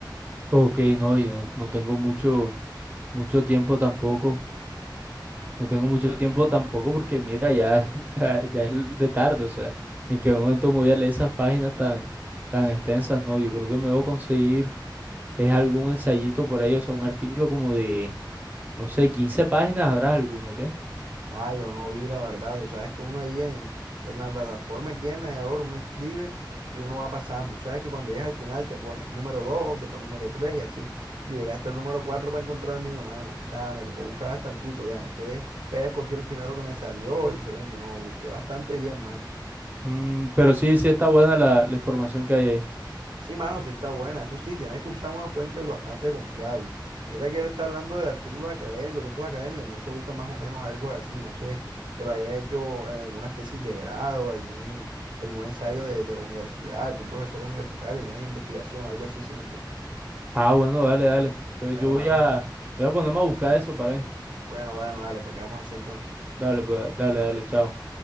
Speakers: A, on the right (about 20°); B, on the right (about 80°).
A: Ok, no, yo no, no tengo mucho, mucho tiempo tampoco No tengo mucho tiempo tampoco porque mira, ya, <laughs> ya, ya es de tarde, o sea, en qué momento me voy a leer esas páginas tan, tan extensas, no, yo creo que me debo conseguir, es algún ensayito por ahí, o sea, un artículo como de, no sé, 15 páginas, habrá alguno, ¿qué?
B: Ay, yo no vi la verdad, tú sabes que uno ahí en, en la plataforma, aquí en el navegador, uno escribe y uno va pasando. Sabes que cuando llegas al final te pone número 2 después número 3 y así. Yo llegué hasta el número 4 para encontrar el mío, mano. O sea, me tocó buscar bastantico, ya no fue que haya escogido el primero que me salió, el segundo, no, busqué bastante bien, mano.
A: Mm, pero sí, sí está buena la, la información que hay ahí.
B: Sí, mano, sí está buena. Eso sí, tienes que usar una fuente bastante confiable. Mira que él está hablando de artículos académicos, textos académicos, entonces busca más o menos algo así, no sé, que lo haya hecho en alguna tesis de grado, algún, algún ensayo de, de la universidad, algún profesor universitario, alguna investigación, algo así, sí me entiendes?
A: Ah, bueno, dale, dale. Entonces
B: Bueno,
A: yo voy
B: mano,
A: a, voy a ponerme a buscar eso para ver.
B: bueno, bueno, dale, pues quedamos así entonces.
A: Dale, pues, dale, dale, chao.